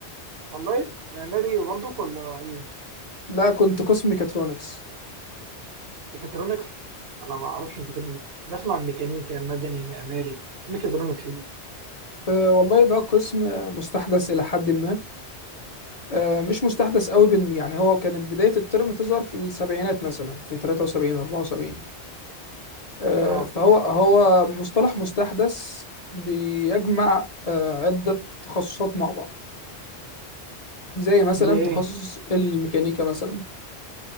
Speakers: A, on the right; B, on the left.
A: والله معماري برضك ولا ايه؟
B: لا كنت قسم ميكاترونكس
A: ميكاترونكس؟ انا ما اعرفش الميكاترونكس دي. انا اسمع عن ميكانيكا مدني معماري ميكاترونكس دي.
B: أه والله ده قسم مستحدث الى حد ما أه مش مستحدث قوي بن يعني هو كانت بداية الترم تظهر في السبعينات مثلا في 73 74 أه
A: اه
B: فهو هو مصطلح مستحدث بيجمع أه عدة تخصصات مع بعض زي مثلا
A: زي ايه؟
B: تخصص الميكانيكا مثلا